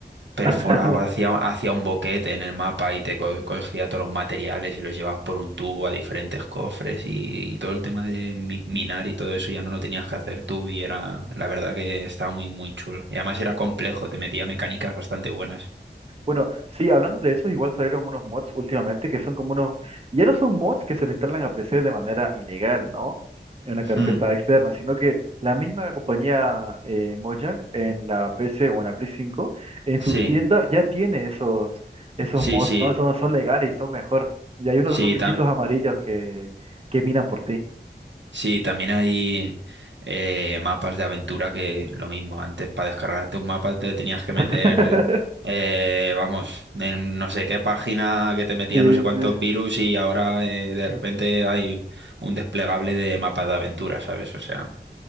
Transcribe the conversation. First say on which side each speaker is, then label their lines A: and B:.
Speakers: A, on the right; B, on the right.
A: perforaba
B: <laughs>
A: hacia, hacia un boquete en el mapa y te co- cogía todos los materiales y los llevabas por un tubo a diferentes cofres y, y todo el tema de mi- minar y todo eso ya no lo tenías que hacer tú y era, la verdad que estaba muy, muy chulo. Y además era complejo, te metía mecánicas bastante buenas.
B: Bueno, sí, hablando de eso, igual salieron unos mods últimamente que son como unos, ya no son mods que se le instalan a PC de manera ilegal, ¿no? En una carpeta
A: Mm,
B: externa, sino que la misma compañía eh, Mojang en la PC o en la Play 5 en
A: sí,
B: su tienda ya tiene esos, esos
A: sí,
B: mods,
A: sí.
B: ¿no? Esos no son legales y son mejor. Y hay unos
A: Sí,
B: de unos bichitos amarillos que, que miran por ti.
A: Sí, también hay eh, mapas de aventura que lo mismo, antes para descargarte un mapa te tenías que meter,
B: <laughs>
A: eh, vamos, en no sé qué página que te metían
B: Sí,
A: no sé cuántos
B: sí,
A: virus y ahora eh, de repente hay un desplegable de mapas de aventura, ¿sabes? O sea,